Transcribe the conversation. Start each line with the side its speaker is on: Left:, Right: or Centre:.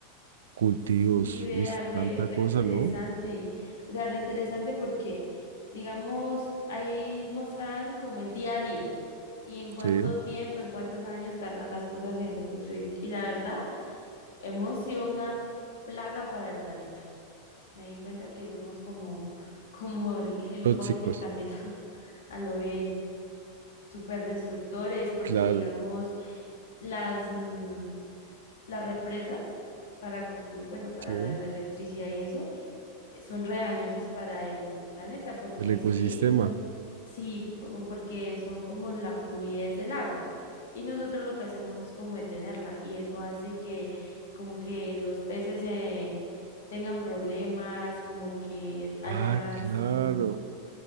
Right: cultivos,
Left: Sí, vea,
Right: uy, s-
Left: re,
Right: tanta
Left: re
Right: cosa,
Left: interesante.
Right: ¿no?
Left: O sea, re interesante porque, digamos, ahí mostraban como el día a día y en cuánto
Right: Sí,
Left: tiempo, en cuántos años tardan las cosas en reconstruirse. Y la verdad, hemos sido una plaga para el planeta. Me di cuenta que somos como, <laughs> como el, el
Right: tóxicos.
Left: COVID del planeta, <laughs> a lo bien, súper destructores, porque,
Right: Claro,
Left: digamos, las, mm, las represas para construir, bueno, para
Right: Sí.
Left: la la electricidad y eso son re dañosas para el planeta, porque
Right: El
Left: en
Right: ecosistema.
Left: sí son, sí, po- porque son como la fluidez del agua. Y nosotros lo que hacemos es como detenerla, y eso hace que como que los peces eh, tengan problemas, como que haya
Right: Ah,
Left: más,
Right: claro.
Left: mm,